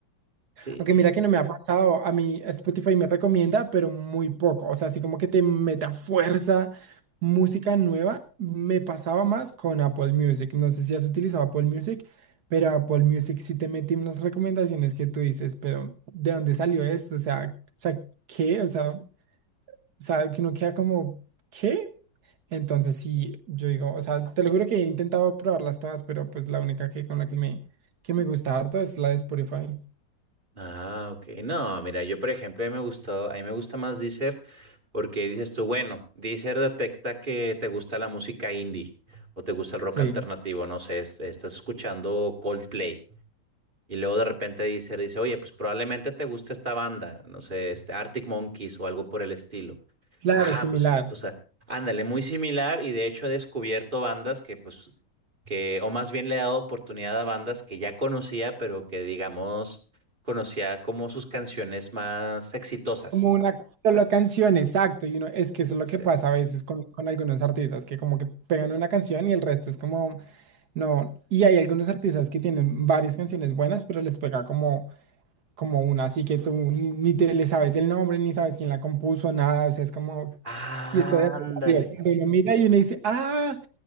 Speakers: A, on the right; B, on the right.
A: Sí.
B: Aunque mira que no me ha pasado, a mí Spotify me recomienda, pero muy poco. O sea, así como que te meta fuerza música nueva, me pasaba más con Apple Music. No sé si has utilizado Apple Music, pero Apple Music sí te mete unas recomendaciones que tú dices, pero ¿de dónde salió esto? O sea, o sea, ¿qué? O sea, sabe que uno queda como, ¿qué? Entonces sí, yo digo, o sea, te lo juro que he intentado probarlas todas, pero pues la única que con la que me, que me gusta harto es la de Spotify.
A: Ah, ok. No, mira, yo por ejemplo, a mí me gustó, a mí me gusta más Deezer porque dices tú, bueno, Deezer detecta que te gusta la música indie o te gusta el rock
B: Sí,
A: alternativo, no sé, es- estás escuchando Coldplay y luego de repente Deezer dice, oye, pues probablemente te gusta esta banda, no sé, este Arctic Monkeys o algo por el estilo.
B: claro,
A: Ah,
B: similar.
A: pues, o sea, ándale, muy similar y de hecho he descubierto bandas que pues, que, o más bien le he dado oportunidad a bandas que ya conocía, pero que digamos, conocía como sus canciones más exitosas.
B: Como una sola canción, exacto. Y uno, es que eso es lo
A: Sí.
B: que pasa a veces con, con algunos artistas, que como que pegan una canción y el resto es como, no. Y hay algunos artistas que tienen varias canciones buenas, pero les pega como, como una, así que tú ni, ni te le sabes el nombre, ni sabes quién la compuso, nada. O sea, es como,
A: Ah,
B: y esto de salió.
A: Ándale.
B: Cuando uno mira y uno dice, ah,